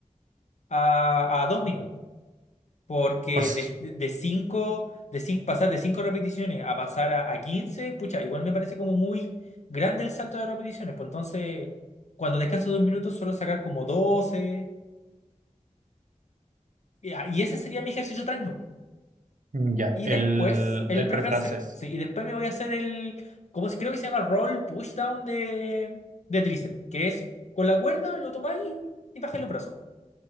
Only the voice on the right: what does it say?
Por si-
mm, Ya,
el,
el
prefrancés.